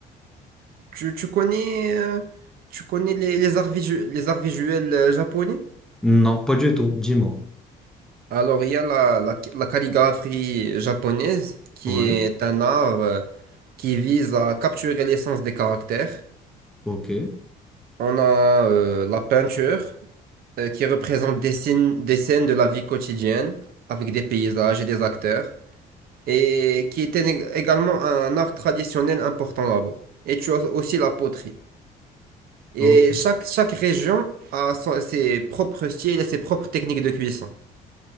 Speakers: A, on the right; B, in the centre.
A: Tu, tu connais, euh, tu connais les, les arts visu- les arts visuels euh, japonais?
B: Non, pas du tout. Dis-moi.
A: Alors, il y a la, la, la calligraphie japonaise, qui
B: Ouais.
A: est un art euh, qui vise à capturer l'essence des caractères.
B: Ok.
A: On a euh, la peinture, euh, qui représente des signes- des scènes de la vie quotidienne, avec des paysages et des acteurs, et qui était ég- également un art traditionnel important là-bas. Et tu as aussi la poterie. Et
B: O-
A: chaque, chaque région a son- ses propres styles et ses propres techniques de cuisson.